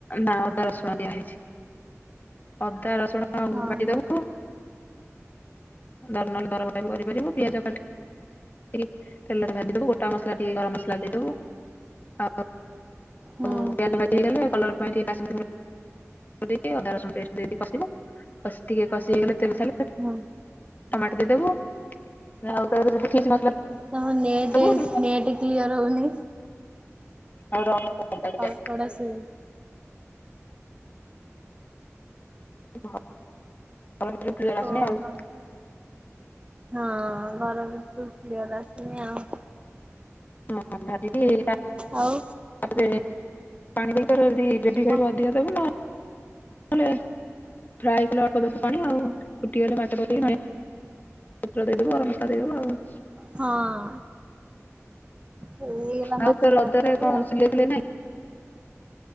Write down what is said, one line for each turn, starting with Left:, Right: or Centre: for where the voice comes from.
Left: ନା ଅଦା ରସୁଣ ଦିଆ ହେଇଛି। ଅଦା ରସୁଣ
Right: ଓହୋ।
Left: ବାଟିଦବୁ ଦର ନେଲେ ଦରବଟା ବି କରିପାରିବୁ ପିଆଜ କାଟି ଟିକେ ତେଲରେ ଭାଜିଦବୁ ଗୋଟା ମସଲା ଟିକେ ଗରମ ମସଲା ଦେଇଦବୁ ଆଉ
Right: ହୁଁ
Left: ଆଉ ପିଆଜ ଭାଜି ହେଇଗଲେ କଲର ପାଇଁ ଟିକେ କାଶ୍ମୀର ଗୁଣ୍ଡ ଦେଇକି ଅଦା ରସୁୁଣ ପେଷ୍ଟ ଦେଇଦେଇକି କଷିବୁ। କଷି ଟିକେ କଷି ହେଇଗଲେ ତେଲ ଛାଡିଲେ
Right: ହଁ
Left: ଟମାଟ ଦେଇଦବୁ। ଆଉ ତାପରେ ଯଦି ଫିସ୍ ମସଲା
Right: ତମ
Left: <inaudible>
Right: ନେଟ୍
Left: ଦବୁ <inaudible>
Right: ନେଟ୍ କ୍ଲିୟର ହଉନି।
Left: ଆଉ ର <inaudible> ଯାଏ।
Right: ଅଳ୍ପଟା ଶୁଭୁ
Left: ଭ ଘର ଭିତରୁ କ୍ଲିୟର ଆସୁୁନି
Right: ଓହୋ
Left: ଆଉ
Right: ହଁ ଘର ଭିତରୁକୁ କ୍ଲିୟର ଆସୁୁନି ଆଉ।
Left: ହଁ ଭାଜିକି ତା ତାପରେ
Right: ଆଉ
Left: ପାଣି ଦେଇକି ତୋର ଯଦି ଗ୍ରେଭି
Right: କଣ?
Left: କରିବୁ ଅଧିକା ଦ ଦେବୁନ ନଲେ ଫ୍ରାଏ କଲେ ଅଳ୍ପ ଦବୁ ପାଣି ଆଉ। ଫୁଟିଗଲେ ମାଛ ପକେଇକି ଧଣିଆ ପତ୍ର ଦେଇଦବୁ, ଗରମ ମସଲା ଦେଇଦବୁ ଆଉ।
Right: ହଁ ହେଇଗଲା
Left: ଆଉ
Right: ମାଛ
Left: ତୋ ରଜରେ
Right: ତରକାରୀ
Left: କଣ
Right: ଆଉ।
Left: ସିଲେଇ ଫିଲେଇ ନାହିଁ?